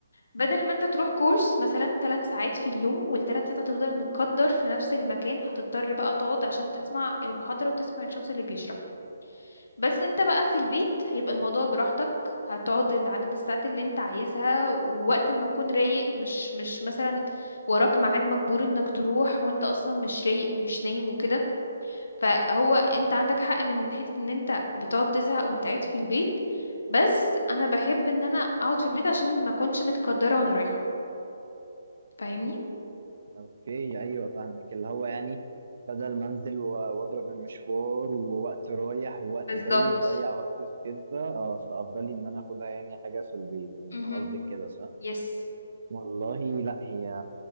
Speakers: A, on the left (about 80°); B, on the right (about 55°).
A: بدل ما انت تروح كورس مثلا ثلاث ساعات في اليوم والثلاث ساعات هتفضل متقدر في نفس المكان هتضطر بقى تقعد عشان تسمع المحاضرة وتسمع الشخص اللي بيشرح بس انت بقى في البيت هيبقى الموضوع براحتك هتقعد العدد الساعات اللي انت عايزها ووقت ما تكون رايق مش مش مثلا وراك ميعاد مجبور انك تروح وانت اصلا مش رايق ومش نايم وكده فهو انت عندك حق من حتة ان انت بتقعد تزهق وانت قاعد في البيت بس انا بحب ان انا اقعد في البيت عشان ما اكونش متقدرة وانا رايحة فاهمني
B: اوكي ايوه فاهمك اللي هو يعني بدل ما انزل و- واضرب المشوار ووقت رايح ووقت
A: بالظبط
B: جاي واضيع وقت في كده اه فافضل لي ان انا اخدها يعني حاجه في البيت
A: امم
B: قصدك كده صح
A: يس
B: والله لا هي